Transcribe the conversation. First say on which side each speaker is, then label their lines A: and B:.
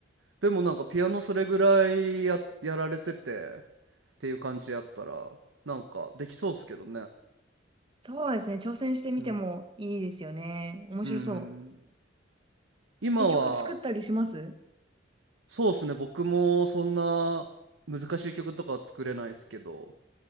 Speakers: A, on the right (about 75°); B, on the right (about 25°).
A: でもなんかピアノそれぐらいや、やられててっていう感じやったらなんかできそうっすけどね。
B: そうですね、挑戦してみてもいいですよね。
A: うん。
B: 面白そう。
A: うん。今は
B: え、曲作ったりします
A: そうっすね僕もそんな難しい曲とかは作れないですけど